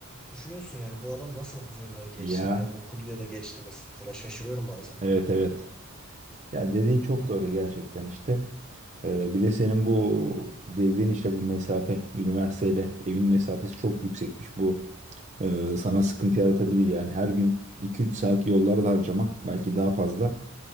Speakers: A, in the centre; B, on the right.
A: düşünüyorsun yani bu adam nasıl hazırlığı geçti
B: Ya.
A: ya okudu ya da geçti mesela şaşırıyorum bazen.
B: Evet evet. Ya dediğin çok doğru gerçekten işte. E, bir de senin bu dediğin işte bu mesafe üniversiteyle evin mesafesi çok yüksekmiş. Bu e, sana sıkıntı yaratabilir yani. Her gün iki üç saat yollarda harcamak belki daha fazla